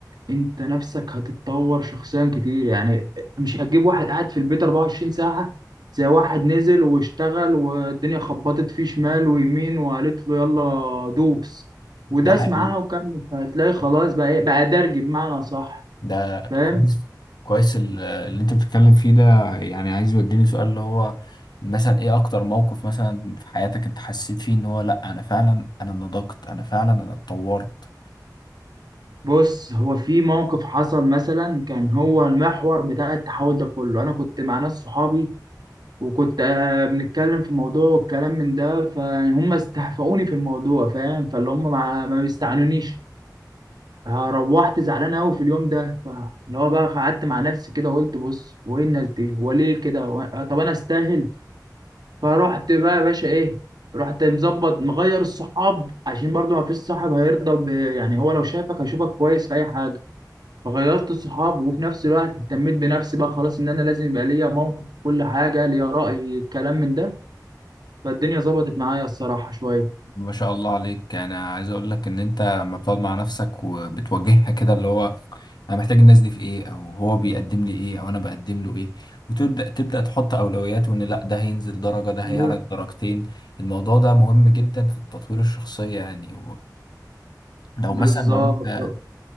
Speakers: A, on the right; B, on the left.
A: انت نفسك هتتطور شخصيا كتير يعني مش هتجيب واحد قاعد في البيت 24 ساعة زي واحد نزل واشتغل والدنيا خبطت فيه شمال ويمين وقالت له يلا دوس وداس
B: ده حقيقي
A: معاها وكمل فهتلاقي خلاص بقى ايه بقى درج بمعنى صح
B: ده
A: فاهم
B: كويس كويس ال- اللي انت بتتكلم فيه ده يعني عايز يوديني سؤال اللي هو مثلا ايه اكتر موقف مثلا في حياتك انت حسيت فيه ان هو لا انا فعلا انا نضجت انا فعلا انا اتطورت
A: بص هو في موقف حصل مثلا كان هو المحور بتاع التحول ده كله انا كنت مع ناس صحابي وكنت آه، بنتكلم في موضوع والكلام من ده فهم استهفؤوني في الموضوع فاهم فاللي هم ما ما بيستعنونيش ها، روحت زعلان قوي في اليوم ده ف- اللي هو بقى قعدت مع نفسي كده وقلت بص هو ايه الناس دي هو ليه كده هو أنا- طب انا استاهل فرحت بقى يا باشا ايه رحت مظبط مغير الصحاب عشان برضو ما فيش صاحب هيرضى ب... يعني هو لو شافك هيشوفك كويس في اي حاجه فغيرت الصحاب وفي نفس الوقت اهتميت بنفسي بقى خلاص ان انا لازم يبقى ليا موقف في كل حاجه ليا راي الكلام من ده فالدنيا ظبطت معايا الصراحه شويه
B: ما شاء الله عليك يعني عايز اقول لك ان انت لما بتقعد مع نفسك وبتواجهها كده اللي هو انا محتاج الناس دي في ايه او هو بيقدم لي ايه او انا بقدم له ايه وتبدا تبدا تحط اولويات وان لا ده هينزل درجه ده هيعلى
A: بز-
B: درجتين الموضوع ده مهم جدا في التطوير الشخصيه يعني لو
A: بالظبط
B: مثلا لو انت